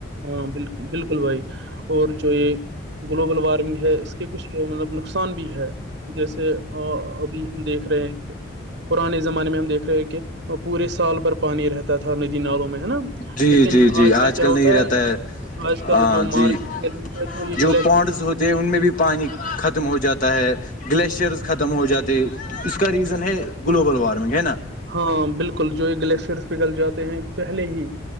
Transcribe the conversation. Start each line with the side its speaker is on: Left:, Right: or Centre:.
Right: ہاں بالل بالکل بھائی اور جو یہ گلوبل وارمنگ ہے اس کے کچھ تو مطلب نقصان بھی ہے جیسے ابھی ہم دیکھ رہے ہیں پرانے زمانے میں ہم دیکھ رہے ہیں کہ پورے سال بھر پانی رہتا تھا ندی نالوں میں ہے نا
Left: جی
Right: لیکن
Left: جی جی
Right: آج کل کیا ہوتا
Left: نہیں رہتا ہے
Right: آج کل
Left: ہاں
Right: جو
Left: جی
Right: مارکل ہے تو یہ
Left: جو
Right: گلیک
Left: پونڈز ہوتے ان میں بھی پانی ختم ہو جاتا ہے گلیشئرز ختم ہو جاتے اس کا ریزن ہے گلوبل وارمنگ ہے نا
Right: ہاں بالکل جو یہ گلیشئرس پگل جاتے ہیں پہلے ہی